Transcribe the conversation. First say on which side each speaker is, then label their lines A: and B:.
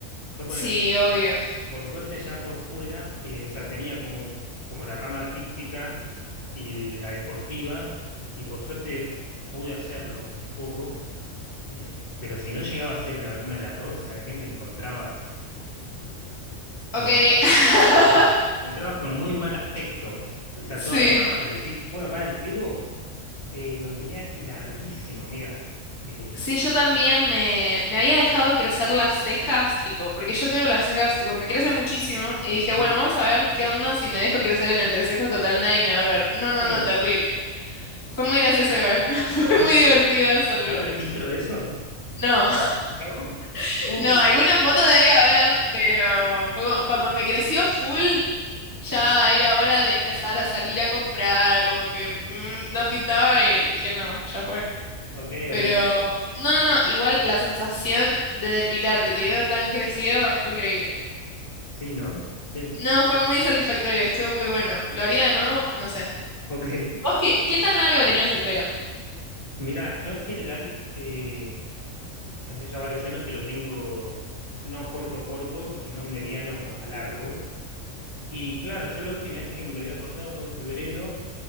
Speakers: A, on the left (about 45°); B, on the left (about 15°).
A: Yo ponele,
B: Sí, obvio.
A: por suerte ya por fuera, eh, o sea, tenía como, como la rama artística y la deportiva y por suerte pude hacerlo un poco, eh, pero si no llegaba a ser alguna de las dos, sabes qué me encontrabas? eh, me
B: Ok,
A: encontraba
B: <laughs>
A: Ok. Te encontrabas con muy mal aspecto. O sea,
B: sí.
A: toda la barba crecí. Bueno, para el pelo eh, lo tenía larguísimo, amiga. Eh,
B: Sí, yo también me, me había dejado crecer las cejas, tipo, porque yo tengo las cejas, tipo, me crecen muchísimo. Y dije, bueno,
A: Mm,
B: vamos a ver qué onda si me dejo crecer el entrecejo, total, nadie me va a ver. No, no,
A: Claro.
B: no, terrible. Fue muy gracioso igual. <laughs> Fue
A: Sí.
B: muy divertido hacerlo.
A: ¿hay registro de eso?
B: No,
A: ¿No?
B: <laughs>
A: ¿Cómo
B: no,
A: que no?
B: alguna foto debe haber, pero fue como- cuando me creció full, ya
A: Mm,
B: era hora de empezar a salir a comprar, como que mm, no pintaba y dije, no, ya fue.
A: Ok,
B: Pero,
A: ok.
B: no, no, no, igual la sensación de depilarte teniendo tan crecido fue increíble.
A: Sí, ¿no? Sí.
B: No, fue muy satisfactorio, estuvo muy bueno. ¿Lo haría de nuevo? No sé.
A: Ok.
B: ¿Vos qué, qué tan largo tenías el pelo?
A: Mira, yo en general, eh, hace ya varios años que lo tengo no corto corto, sino mediano a largo. Y claro, yo la última vez que me lo había cortado fue en febrero